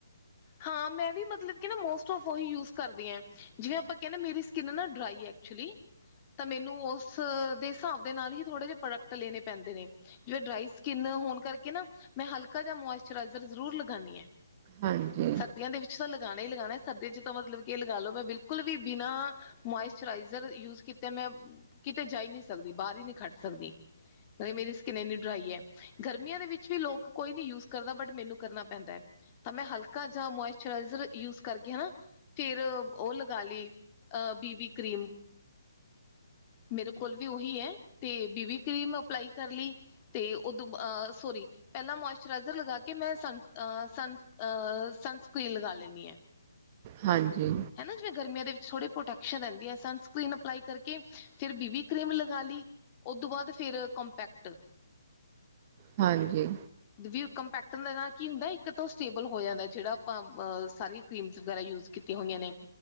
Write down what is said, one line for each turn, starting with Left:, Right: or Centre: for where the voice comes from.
Left: ਹਾਂ ਮੈਂ ਵੀ ਮਤਲਬ ਕੇ ਨਾ ਮੋਸਟ ਔਫ ਓਹੀ ਯੂਜ ਕਰਦੀ ਆ। ਜਿਵੇਂ ਆਪਾਂ ਕੈਨੇ ਆਂ ਮੇਰੀ ਸਕਿੰਨ ਨਾ ਡਰਾਈ ਐ ਐਕਚੁਲੀ ਤਾਂ ਮੈਨੂੰ ਓਸ ਦੇ ਸਾਬ ਦੇ ਨਾਲ ਈ ਥੋੜੇ ਜੇ ਪ੍ਰੋਡਕਟ ਲੇਨੇ ਪੈਂਦੇ ਨੇ। ਜਿਵੇਂ ਡਰਾਈ ਸਕਿੰਨ ਹੋਨ ਕਰਕੇ ਨਾ ਮੈਂ ਹਲਕਾ ਜਾ ਮੋਇਸਚਰਾਈਜ਼ਰ ਜ਼ਰੂਰ ਲਗਾਨੀ ਆ।
Right: ਹਾਂਜੀ।
Left: ਸਰਦੀਆਂ ਦੇ ਵਿੱਚ ਤਾਂ ਲਗਾਨਾ ਈ ਲਗਾਨੈ ਸਰਦੀਆਂ ਚ ਤਾਂ ਮਤਲਬ ਕੇ ਏ ਲਗਾਲੋ ਮੈਂ ਬਿਲਕੁਲ ਵੀ ਬਿਨਾਂ ਮੋਇਸਚਰਾਈਜ਼ਰ ਯੂਜ ਕੀਤੈ ਮੈਂ ਕਿਤੇ ਜਾ ਈ ਨੀ ਸਕਦੀ ਬਾਰ ਈ ਨੀ ਖੜ ਸਕਦੀ। ਬਈ ਮੇਰੀ ਸਕਿੰਨ ਏਨੀ ਡਰਾਈ ਐ, ਗਰਮੀਆਂ ਦੇ ਵਿੱਚ ਵੀ ਲੋਕ ਕੋਈ ਨੀ ਯੂਜ ਕਰਦਾ ਬਟ ਮੈਨੂੰ ਕਰਨਾ ਪੈਂਦੈ, ਤਾਂ ਮੈਂ ਹਲਕਾ ਜਾ ਮੋਇਸਚਰਾਈਜ਼ਰ ਯੂਜ ਕਰਕੇ ਹਨਾ ਫਿਰ ਓ ਲਗਾਲੀ ਅ ਬੀਬੀ ਕਰੀਮ। ਮੇਰੇ ਕੋਲ ਵੀ ਓਹੀ ਐ, ਤੇ ਬੀਬੀ ਕਰੀਮ ਅਪਲਾਈ ਕਰਲੀ ਤੇ ਓਦੂੰ ਬਾਦ ਅ ਸੋਰੀ ਪੈਲਾਂ ਮੋਇਸਚ ਰਾਈਜਰ ਲਗਾ ਕੇ ਮੈਂ ਸਨ ਅ ਸਨ ਅ ਸਨਸਕਰੀਨ ਲਗਾ ਲੈਂਨੀ ਆਂ।
Right: ਹਾਂਜੀ।
Left: ਹਨਾ ਜਿਵੇਂ ਗਰਮੀਆਂ ਦੇ ਵਿੱਚ ਥੋੜੀ ਪ੍ਰੋਟੈਕਸ਼ਨ ਰੈੰਦੀ ਆ, ਸਨਸਕਰੀਨ ਅਪਲਾਈ ਕਰਕੇ ਫਿਰ ਬੀਬੀ ਕਰੀਮ ਲਗਾਲੀ। ਓਦੂੰ ਬਾਦ ਫਿਰ ਕੰਪੈਕਟ
Right: ਹਾਂਜੀ।
Left: ਦੇ ਵੀ ਓ ਕੰਪੈਕਟ ਦੇ ਨਾਲ ਕੀ ਹੁੰਦੈ ਇੱਕ ਤਾਂ ਓ ਸਟੇਬਲ ਹੋ ਜਾਂਦੈ ਜੇੜਾ ਆਪਾਂ ਸਾਰੀ ਕਰੀਮਸ ਵਗੈਰਾ ਯੂਜ ਕੀਤੀਆਂ ਹੋਈਆਂ ਨੇ।